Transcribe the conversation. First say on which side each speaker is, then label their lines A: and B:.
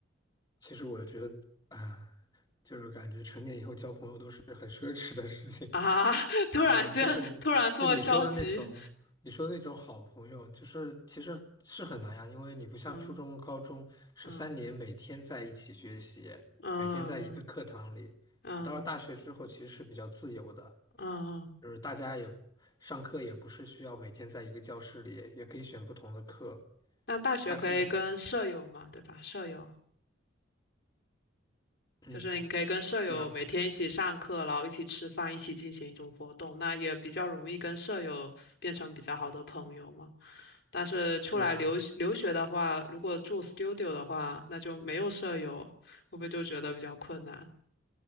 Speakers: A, on the left (about 20°); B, on the left (about 60°).
A: 其实我觉得啊，就是感觉成年以后交朋友都是很奢侈的事情
B: 啊？<laughs> 突然间，
A: 啊，就是就你说的那种，
B: 突然这么消极，
A: 你说的那种好朋友，就是其实是很难呀，因为你不像初中、
B: 嗯
A: 高中是三年每天在一起学习，
B: 嗯嗯嗯
A: 每天在一个课堂里，
B: 嗯
A: 你到了大学之后其实是比较自由的。
B: 嗯，嗯
A: 就是大家也上课也不是需要每天在一个教室里，也可以选不同的课。
B: 那大学可以跟舍友嘛，
A: 下课，
B: 对吧？舍友。
A: 嗯，
B: 就是你可以跟舍友每天一起上课，
A: 对呀，
B: 然后一起吃饭，一起进行一种活动，那也比较容易跟舍友变成比较好的朋友嘛。但是出来留留学的话，
A: 对呀，
B: 如果住 studio 的话，那就没有舍友，会不会就觉得比较困难？